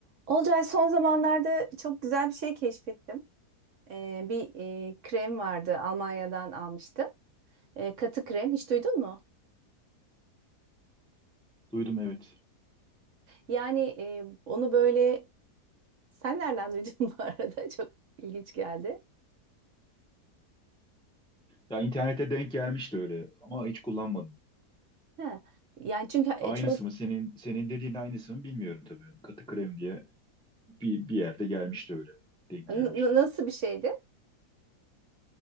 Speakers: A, on the right; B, in the centre.
A: Olcay son zamanlarda çok güzel bir şey keşfettim. Ee, bir e, krem vardı Almanya'dan almıştım. Ee, katı krem hiç duydun mu?
B: Duydum evet.
A: Yani e, onu böyle sen nereden duydun <laughs> bu arada? Çok ilginç geldi.
B: Ya internette denk gelmişti öyle ama hiç kullanmadım.
A: Ha. Yani çünkü e,
B: Aynısı
A: çok
B: mı senin senin dediğin aynısı mı bilmiyorum tabii. Katı krem diye bir, bir yerde gelmişti öyle. Denk
A: N-
B: gelmişti.
A: n- nasıl bir şeydi?